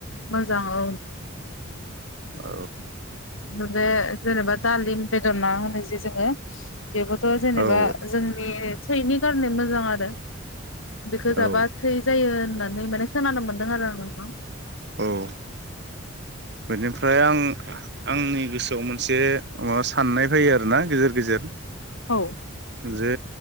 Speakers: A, on the left; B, on the right.
A: मोजां औ
B: औ
A: ओमफ्राय बे जेनबा दालिम बेदर ना बादि जोङो बेबोथ'
B: औ
A: जेनेबा
B: औ
A: जोंनि थैनि खारनै मोजां आरो। बेखो
B: औ
A: जाबा थै जायो होनना नानै माने खोनानो मोनदों आरो आं नोंखौ।
B: औ बेनिफ्राय आं आंनि गोसोआव मोनसे माबा साननाय फैयो आरो ना गेजेर गेजेर
A: औ
B: जे